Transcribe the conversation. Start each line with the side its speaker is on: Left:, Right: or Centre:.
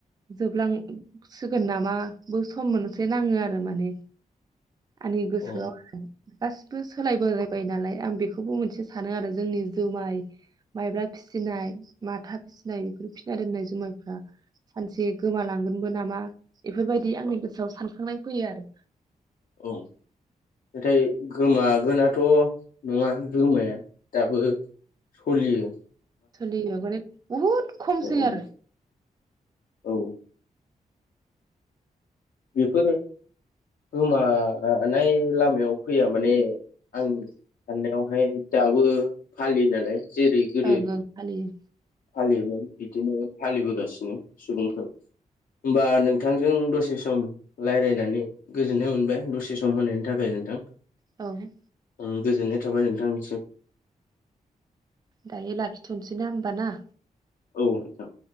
Right: जोबलांसिगोन नामा बो सम मोनसे नांङो आरो माने आंनि गोसोआव
Left: अ
Right: गासिबो सोलायबोबाय नालाय आं बेखौबो मोनसे सानो आरो जोंनि जुमाय माइब्रा फिसिनाय माथा फिसिनाय बेफोर फि ना दोननाय जुमायफ्रा सानसे गोमालांगोनबो नामा बेफोरबायदि आंनि गोसोआव सानखांनाय फैयो आरो
Left: औ नाथाय गोमागोनाथ' नङा गोमाया दाबो सलियो ।
Right: सलियो माने बहुत खमसैआरो
Left: औ औ बेफोरो गोमानाय लामायाव फैया माने आं साननायावहाय दाबो फालियो नालाय जेरै गोदो
Right: ओं ओं फालियो
Left: फालियोमोन बिदिनो फालिबोगासिनो सुबुंफोर होमबा नोंथांजों दसे स सम रायज्लायनानै गोजोननाय मोनबाय दसे सम होनायनि थाखाय नोंथां।
Right: औ
Left: ओम गोजोननाय थाबाय नोंथांनिसिम
Right: दायो लाखिथ'नोसैना होमबा ना?
Left: औ नोंथां